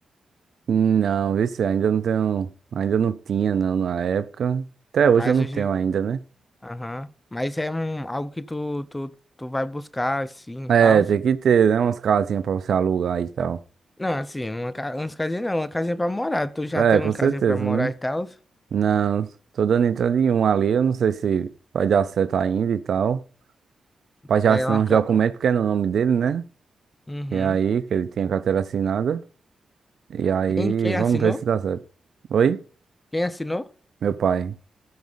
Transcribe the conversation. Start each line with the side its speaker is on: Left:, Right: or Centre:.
Right: Não, vixe, ainda não tenho. Ainda não tinha, não, na época. Até hoje
Left: Mas
Right: eu não
Left: hoje.
Right: tenho ainda, né?
Left: Aham. Mas é um, algo que tu, tu, tu vai buscar, assim, e
Right: É,
Left: tal.
Right: tem que ter, né? Umas casinhas pra você alugar e tal.
Left: Não, assim, uma, ca- umas casinhas não, uma casinha pra morar. Tu já
Right: É,
Left: tem uma
Right: com certeza,
Left: casinha pra morar
Right: né?
Left: e tal.
Right: Não, tô dando entrada em um ali. Eu não sei se vai dar certo ainda e tal. Pra já
Left: Pega
Right: assinar
Left: uma
Right: uns
Left: ca...
Right: documentos, porque é no nome dele, né?
Left: Uhum.
Right: E aí, que ele tinha carteira assinada. E aí,
Left: Quem, quem
Right: vamos
Left: assinou?
Right: ver se dá certo. Oi?
Left: Quem assinou?
Right: Meu pai.